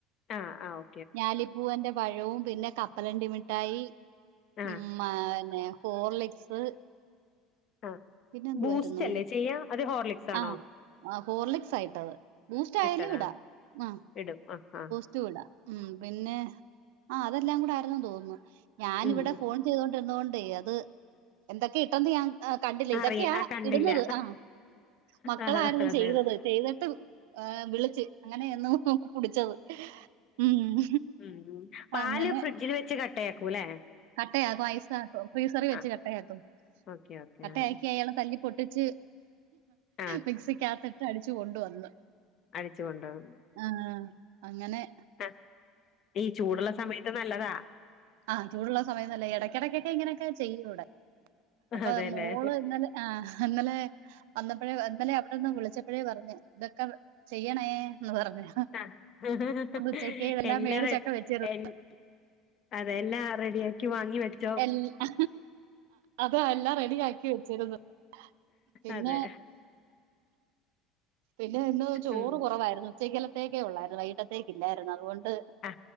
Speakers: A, on the left; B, on the right.
A: ആ ആ ഓ.
B: ഞാലിപ്പൂവന്റെ പഴവും, പിന്നെ കപ്പലണ്ടി മിഠായി
A: ആ,
B: ഉം. <unintelligible> ഹോർലിക്സ്.
A: ആഹ
B: പിന്നെ എന്തുവായിരുന്നു
A: ബൂസ്റ്റ് അല്ലേ ചെയ്യ അതോ ഹോർലിക്സ് ആണോ
B: ആഹ് ആഹ് ഹോർലിക്സ് ആയിട്ടത് ബൂസ്റ്റ് ആയാലും
A: ഇട്ടതാ
B: ഇടാം ആഹ്
A: ഇടും. ആ ആ.
B: <unintelligible> പിന്നെ ആ അതെല്ലാം കൂടെ ആരുന്നു തോന്നുന്നു ഞാനിവിടെ
A: ഉം, ഉം.
B: ഫോൺ ചെയ്തോണ്ടിരിന്നതോണ്ടേ അത് എന്തൊക്കെ ഇട്ടെന്ന് ഞാൻ അ കണ്ടില്ല
A: അറി
B: ഇതൊക്കെയാ
A: ആ കണ്ടില്ല.
B: ഇടുന്നത്. ആ മക്കളാരുന്നു
A: ആഹാ! അതെ,
B: ചെയ്തത്.
A: അതെ.
B: ചെയ്തിട്ട് ഏഹ് വിളിച്ച് അങ്ങനെയെന്നു കുടിച്ചത് ഉം
A: ഉം, ഉം. പാല്
B: അങ്ങനെ
A: ഫ്രിഡ്ജില് വെച്ച് കട്ടയാക്കു ലേ?
B: കട്ടയാക്കും ഐസാക്കും ഫ്രീസെറി വെച്ച്
A: ആ.
B: കട്ടയാക്കും
A: ഓക്കെ ഓക്കെ
B: കട്ടയാക്കി
A: ആ.
B: അയാള് തല്ലി പൊട്ടിച്ച്
A: ആ,
B: മിക്സിക്കകത്തിട്ട് അടിച്ചു കൊണ്ടു വന്ന്
A: അടിച്ചു കൊണ്ടു വന്ന്
B: ആഹ് അങ്ങനെ
A: <unintelligible> ഈ ചൂടുള്ള സമയത്ത് നല്ലതാ
B: ആഹ് ചൂടുള്ള സമയം നല്ലെയ എടക്കെടക്കൊക്കെ ഇങ്ങനെയൊക്ക ചെയ്യൂ ഇവ്ടെ അപ്പൊ
A: അതെല്ലേ
B: മോള് ഇന്നലെ ആഹ് ഇന്നലെ വന്നപ്പഴേ ഇന്നലെ അവിടെന്ന് വിളിച്ചപ്പഴേ പറഞ്ഞു ഇതൊക്കെ ചെയ്യണേ എന്ന് പറഞ്ഞു
A: ആഹ്
B: അതുകൊണ്ട് ഉച്ചയ്ക്ക് ഇതെല്ലാം
A: എല്ലാറെ
B: മേടിച്ചൊക്കെ വെച്ചിരുന്നു.
A: എല്ല അതെ എല്ലാം റെഡിയാക്കി വാങ്ങി വെച്ചു
B: എല്ല അത് എല്ലാം റെഡിയാക്കി വെച്ചേക്കുന്നു പിന്നെ
A: അതെ
B: പിന്നെ ഇന്ന് ചോറ്
A: ഉം
B: കൊറവായിരുന്നു ഉച്ചക്കലത്തേക്കെ ഒള്ളായിരുന്നു വൈകിട്ടത്തേക്ക് ഇല്ലായിരുന്നു അതുകൊണ്ട്
A: ആ